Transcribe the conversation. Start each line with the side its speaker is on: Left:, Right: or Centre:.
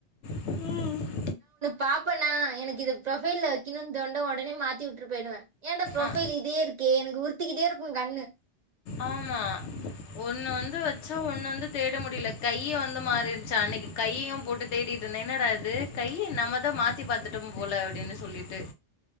Left: ம்
Right: பாப்பனா எனக்கு இது ப்ரொபைல் வக்கணுன் தோண்டு உடனே மாத்தி வுட்டு போயிடுவே என்ட ப்ரொபைல்
Left: அ
Right: இதே இருக் கே எனுக்கு உருத்திக்கிட்டே இருக்கும் கண்ணு
Left: ஆமா ஒண்ணு வந்து வெச்சா ஒன்னு வந்து தேட முடியல கையி வந் து மாறிருச்சி அன்னைக்கு கையையு போட்டு தேடிட்டு இருந்த என்னடது கைய நம்ம தா மாத் தி பத்துட்டம் போல அப்டின் சொல்லிட்டு